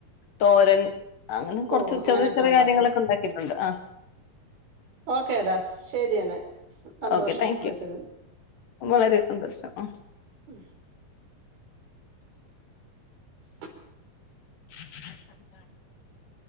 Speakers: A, on the left; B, on the right.
A: തോരൻ അങ്ങനെ കുറച്ച്
B: ഓ അങ്ങനെയൊക്കെ
A: ചെറിയ ചെറിയ
B: ഉണ്ടാക്കും
A: കാര്യങ്ങളൊക്കെ ഉണ്ടാക്കിയിട്ടുണ്ട് ആ
B: ഓക്കേടാ ശരിയെന്നെ സന്തോഷം
A: ഓക്കെ താങ്ക്
B: വിളിച്ചതില്.
A: യു വളരെ സന്ദോഷം.
B: ഉം. <unintelligible>
A: <unintelligible>